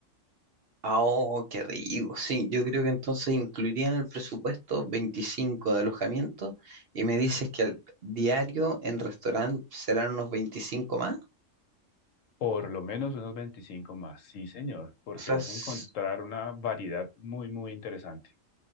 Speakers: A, on the right; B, on the left.
A: Ah, Oh, qué rico, sí, yo creo que entonces incluiría en el presupuesto 25 de alojamiento y me dices que al diario en restaurante serán unos veinticinco más,
B: Por lo menos unos 25 más, sí, señor, porque
A: o sea,
B: vas
A: es-
B: a encontrar una variedad muy, muy interesante.